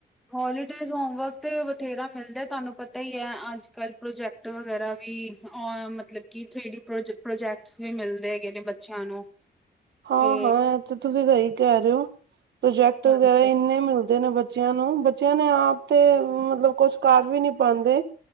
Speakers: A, in the centre; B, on the right.
A: ਹੋਲੀਡੇਜ਼ ਹੋਮਵਰਕ ਤੇ ਬਥੇਰਾ ਮਿਲਦੈ, ਤਾਨੂੰ ਪਤਾ ਈ ਐ ਅਜ-ਕਲ ਪ੍ਰੋਜੈਕ ਟ ਵਗੈਰਾ ਵੀ ਅਂ ਮਤਲਬ ਕਿ ਥ੍ਰੀ ਡੀ ਪ੍ਰੋਜ, ਪ੍ਰੋਜੈਕਟਸ ਵੀ ਮਿਲਦੇ ਹੈਗੇ ਨੇ ਬੱਚੇਆਂ ਨੂੰ।
B: ਹਾਂ,
A: ਤੇ
B: ਹਾਂ ਐ ਤੇ ਤੁਸੀ ਸਈ ਕੈ ਰੇ ਓ, ਪ੍ਰੋਜੈਕਟ
A: ਹਾਂਜੀ
B: ਵਗੈਰਾ ਇੰਨੇ ਮਿਲਦੇ ਨੇ ਬ ਚੇਆਂ ਨੂੰ, ਬੱਚੇਆਂ ਨੇ ਆਪ ਤੇ ਮਤਲਬ ਕੁੱਛ ਕਰ ਵੀ ਨੀ ਪਾਂਦੇ।